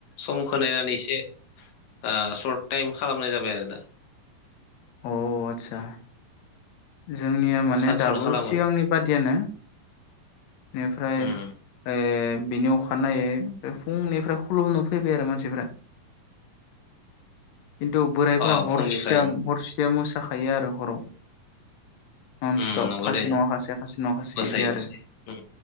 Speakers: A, on the left (about 80°); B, on the left (about 65°).
A: समखौ नायनानै इसे ओ सर्ट टाइम खालामनाय जाबाय आरो दा।
B: अ आतसा। जोंनिया माने
A: सानसेयावनो
B: दाबो
A: खालामो
B: सिगांनि बादियानो बेनिफ्राय
A: उम
B: ओइ बेनि अखानायै फुंनिफ्राय खुलुमनो फैबाय आरो मानसिफोरा। खिन्थु बोरायफोरा
A: अ
B: हरसिया
A: फुंनिफ्राय
B: हरसेया मो साखायो आरो हराव। न'न
A: उम
B: स्टप
A: नंगौ
B: खासे
A: दे
B: नङा खासेया खासे नङा खासे
A: मोसायै
B: इदि आरो
A: मोसायै उम